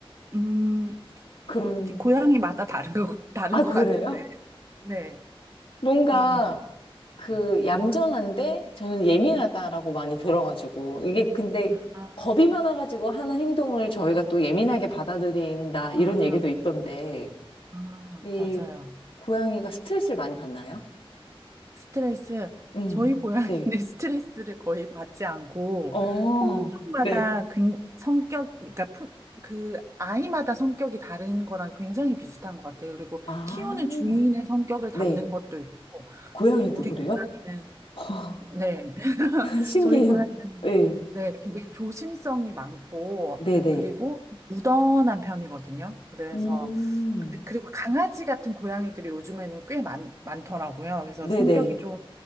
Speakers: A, on the right (about 30°); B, on the left (about 65°).
A: 음,
B: 그런,
A: 고, 고양이마다 다른 거, 다른
B: 아,
A: 것
B: 그래요?
A: 같은데, 네,
B: 뭔가
A: 고양이마다.
B: 그
A: 네.
B: 얌전한데 저는 예민하다라고 많이 들어가지고 이게 근데
A: 아,
B: 겁이 많아가지고 하는 행동을 저희가 또 예민하게 받아들인다 이런
A: 아.
B: 얘기도 있던데
A: 아,
B: 이
A: 맞아요.
B: 고양이가 스트레스를 많이 받나요?
A: 스트레스,
B: 음,
A: 저희 고양이는
B: 네.
A: <laughs> 스트레스를 거의 받지 않고,
B: 어,
A: 품종마다
B: 네.
A: 굉- 성격, 그러니까 품, 그 아이마다 성격이 다른 거랑 굉장히 비슷한 것 같아요. 그리고
B: 아,
A: 키우는 주인의 성격을
B: 네.
A: 담는 것도 있고,
B: 고양이도
A: 우리
B: 그래요?
A: 고양이는,
B: <laughs>
A: 네, <laughs>
B: 신기해요.
A: 저희 고양이는,
B: 네,
A: 네, 되게 조심성이 많고,
B: 네네.
A: 그리고 무던한 편이거든요. 그래서
B: 음,
A: 그- 그리고 강아지 같은 고양이들이 요즘에는 꽤 많, 많더라고요. 그래서
B: 네네.
A: 성격이 좀